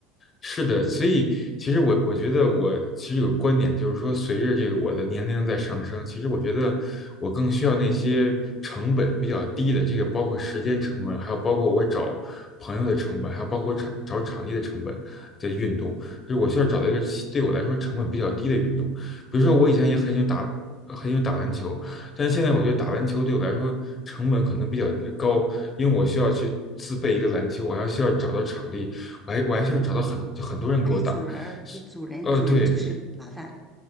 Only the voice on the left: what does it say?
是的，所以其实我我觉得我其实有个观点，就是说，随着这个我的年龄在上升，其实我觉得我更需要那些成本比较低的，这个包括时间成本，还有包括我找朋友的成本，还有包括场找场地的成本的运动，就是我需要找到一个对我来说成本比较低的运动。比如说，我以前也很喜欢打。很喜欢打篮球，但是现在我觉得打篮球对我来说成本可能比较高，因为我需要去自备一个篮球，我还需要找到场地，哎，我还需要找到很就很多人给我打，
是呃，
对，